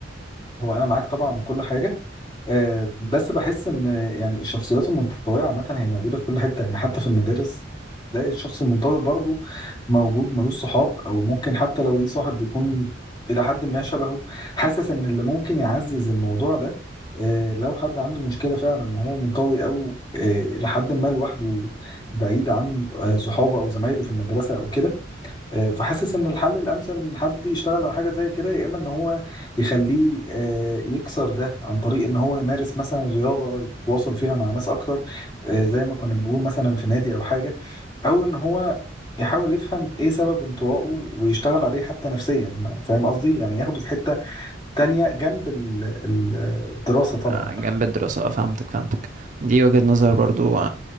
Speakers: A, on the left; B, on the right.
A: هو انا معاك طبعا من كل حاجه آه، بس بحس ان يعني الشخصيات المنطويه عامه هي موجوده في كل حته يعني حتى في المدارس تلاقي الشخص المنطوي برضه موجود ملوش صحاب او ممكن حتى لو ليه صاحب بيكون الى حد ما شبهه حاسس ان اللي ممكن يعزز الموضوع ده آه، لو حد عنده مشكله فعلا ان هو منطوي او آه، الى حد ما لوحده بعيد عن آه، صحابه او زمايله في المدرسه او كده آه، فحاسس ان الحل الامثل ان حد يشتغل على حاجه زي كده يا اما ان هو يخليه آه، يكسر ده عن طريق ان هو يمارس مثلا رياضه يتواصل فيها مع ناس اكتر آه، زي ما كنا بنقول مثلا في نادي او حاجه او ان هو يحاول يفهم ايه سبب انطوائه ويشتغل عليه حتى نفسيا فاهم قصدي يعني ياخده في حته تانية جنب ال- ال- الدراسه طبعا
B: آه، جنب الدراسة آه، فهمتك فهمتك دي وجهة نظر برضو آه،